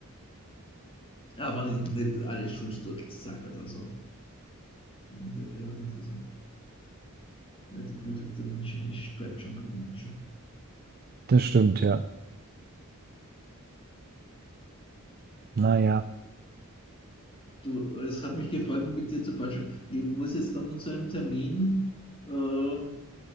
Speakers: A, on the left; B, on the right.
A: Aber nicht, alle Schulsturtel sagt, also das muss ich ja fairerweise so sagen. Also die Blutheit der Menschen ist, bleibt schon bei den Menschen.
B: Das stimmt, ja. Naja.
A: Du, es hat mich gefreut, mit dir zu quatschen. Ich muss jetzt dann nur zu einem Termin. Äh,